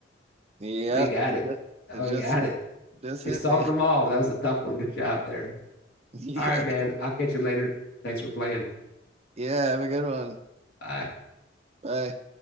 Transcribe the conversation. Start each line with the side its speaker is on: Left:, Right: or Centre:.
Right: Yep,
Left: Oh, you got
Right: it
Left: it.
Right: just,
Left: Oh,
Right: it just
Left: you got
Right: hit,
Left: it.
Right: just
Left: We
Right: hit
Left: solved
Right: me.
Left: them all. That was a tough one. Good job there.
Right: <laughs> Yeah,
Left: All right, man. I'll catch you later. Thanks for playing.
Right: yeah, have a good one.
Left: Bye.
Right: Bye.